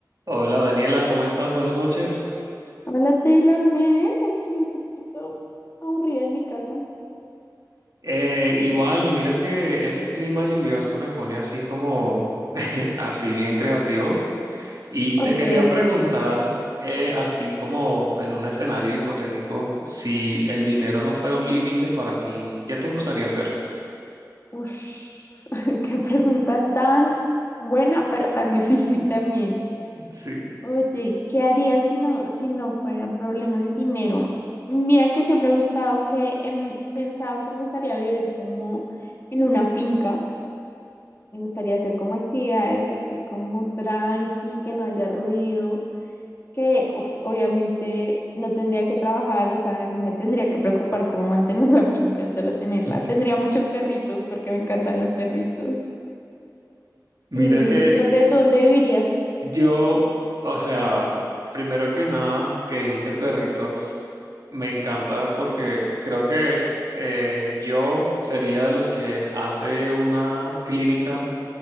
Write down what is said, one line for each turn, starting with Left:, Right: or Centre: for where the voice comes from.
Right: Hola Daniela, ¿cómo estás? Buenas noches.
Left: Hola Taylor, bien, aquí un poquito aburrida en mi casa.
Right: Eh, igual, mira que este clima lluvioso me pone así como, <laughs> así bien creativo. Y
Left: Ok.
Right: te quería preguntar, eh, así como en un escenario hipotético, si el dinero no fuera un límite para ti, ¿qué te gustaría hacer?
Left: Ush, <laughs> qué pregunta tan buena, pero tan difícil también.
Right: Sí.
Left: Oye, ¿qué harías si no, si no fuera problema el dinero? Mira que siempre he gustado que he m- pensado que me gustaría vivir como en una finca. Me gustaría hacer como actividades así como tranqui, que no haya ruido que uf, obviamente no tendría que trabajar, o sea, no me tendría que preocupar cómo mantener <laughs> la finca, solo tenerla.
Right: <laughs>
Left: Tendría muchos perritos porque me encantan los perritos.
Right: Mira
Left: Y
Right: que
Left: no sé, ¿tú dónde vivirías?
Right: Yo, o sea, primero que nada, que dijiste perritos, me encanta porque creo que eh, yo sería de los que hace una clínica